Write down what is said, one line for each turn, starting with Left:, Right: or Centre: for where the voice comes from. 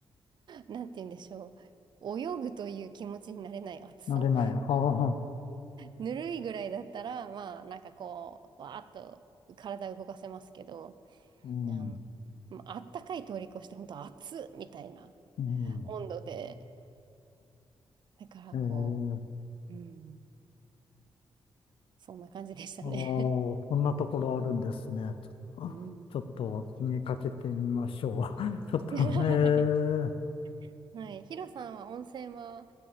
Right: の、なんて言うんでしょう。泳ぐという気持ちになれない暑さ。
Left: 慣れない。はあ、
Right: ぬるいぐらいだったら、まあ、なんかこう、わーっと体を動かせますけど、
Left: うん。
Right: あの、まああったかい通り越して、本当暑っみたいな
Left: うん。
Right: 温度で、だからこ
Left: えー
Right: う、うん、そんな感じでしたね。
Left: ああ、そんなところあるんですね。ちょ、
Right: <laughs> うん。
Left: ちょっと気にかけてみましょう。<laughs> ちょっと、
Right: <laughs>
Left: えー、
Right: はい。<laughs> はい。ヒロさんは温泉は、